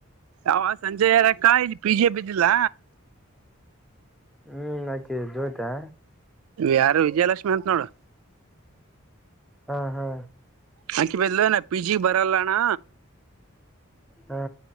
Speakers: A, on the right; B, in the centre.
A: ಅವ ಸಂಜೆ ರೊಕ್ಕ ಇಲ್ಲಿ ಪಿ ಜಿ ಬಿದ್ದಿಲ್ಲ
B: ಹ್ಮ್ ಹಾಕಿ ಜೋತಾ
A: ಯಾರು ವಿಜಯಲಕ್ಷ್ಮಿ ಅಂತ ನೋಡು
B: ಹಾ ಹಾ
A: ಆಹಾಕಿ ಬದಲೂ ನಾ ಪಿ ಜಿ ಬರಲ್ಲ ಅಣ್ಣ
B: ಹಾ